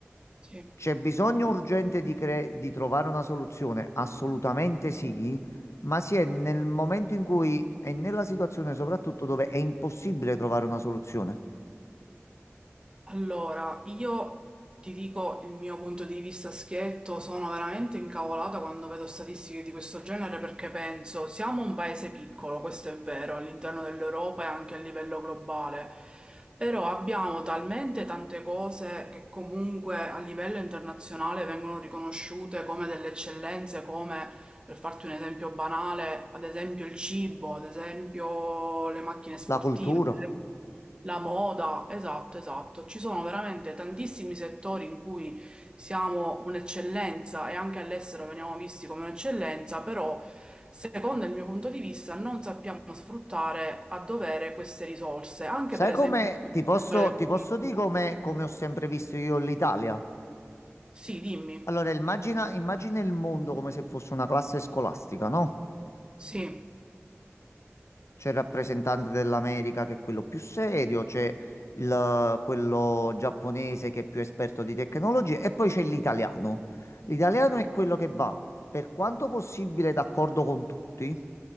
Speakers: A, on the right; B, on the left.
A: sì.
B: c'è bisogno urgente di, cre- di trovare una soluzione? Assolutamente sì, ma si è nel momento in cui è nella situazione soprattutto dove è impossibile trovare una soluzione.
A: Allora, io ti dico il mio punto di vista schietto, sono veramente incavolata quando vedo statistiche di questo genere perché penso, siamo un paese piccolo, questo è vero, all'interno dell'Europa e anche a livello globale, però abbiamo talmente tante cose che comunque a livello internazionale vengono riconosciute come delle eccellenze, come, per farti un esempio banale, ad esempio il cibo, ad esempio le macchine sportive.
B: La cultura.
A: La moda, esatto, esatto. Ci sono veramente tantissimi settori in cui siamo un'eccellenza e anche all'estero veniamo visti come un'eccellenza, però secondo il mio punto di vista non sappiamo sfruttare a dovere queste risorse, anche
B: Sai
A: per esempio
B: come
A: nel
B: ti posso,
A: settore del
B: ti posso
A: turismo.
B: dire come, come ho sempre visto io l'Italia?
A: Sì, dimmi.
B: Allora, immagina, immagina il mondo come se fosse una classe scolastica, no?
A: Sì,
B: c'è il rappresentante dell'America che è quello più serio, c'è il- quello giapponese che è più esperto di tecnologie e poi c'è l'italiano. L'italiano è quello che va, per quanto possibile, d'accordo con tutti.